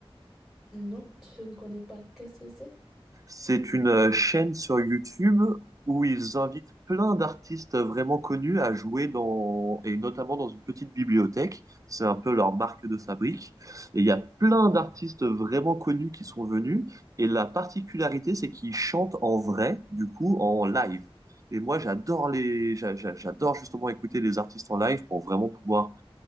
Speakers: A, in the centre; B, on the right.
A: Non, je ne connais pas. Qu'est-ce que c'est?
B: C'est une euh, chaîne sur YouTube où ils invitent plein d'artistes vraiment connus à jouer dans, et notamment dans une petite bibliothèque. C'est un peu leur marque de fabrique. Et il y a plein d'artistes vraiment connus qui sont venus. Et la particularité, c'est qu'ils chantent en vrai, du coup, en live. Et moi, j'adore les, j'a- j'a- j'adore justement écouter les artistes en live pour vraiment pouvoir